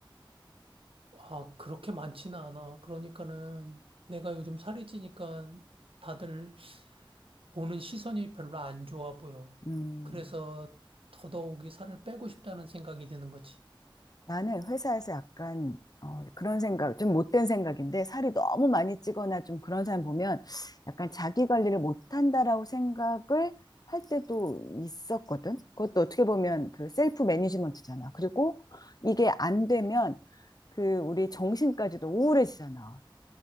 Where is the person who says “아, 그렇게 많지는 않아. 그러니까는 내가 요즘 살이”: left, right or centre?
Right